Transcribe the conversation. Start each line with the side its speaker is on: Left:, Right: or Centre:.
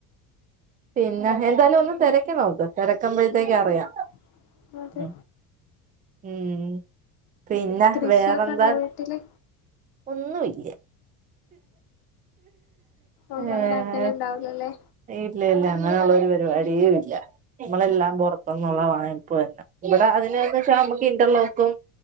Right: പിന്നെ എന്താലും ഒന്ന് തിരക്കി നോക്ക് തിരക്കുമ്പോഴത്തേക്ക്
Left: ഉം
Right: അറിയാം
Left: ഉം അതെ
Right: ഉം ഉം പിന്നെ
Left: കൃഷിയൊക്കെ
Right: വേറെന്താ
Left: ഉണ്ടോ വീട്ടില്
Right: ഒന്നുമില്ല
Left: ഒന്ന
Right: ഏഹ്
Left: ഉണ്ടാക്കലണ്ടാവലല്ലേ
Right: ഇല്ല ഇല്ല അങ്ങനെയള്ള ഒരു പരിപാടിയ ഇല്ല നമ്മളെല്ലാം പുൊറത്തുന്നുള്ള വായ്പ തന്നെ ഇവിടെ അതിനക്ക വെച്ചാൽ നമ്മുക്ക് ഇന്റർലോക്കും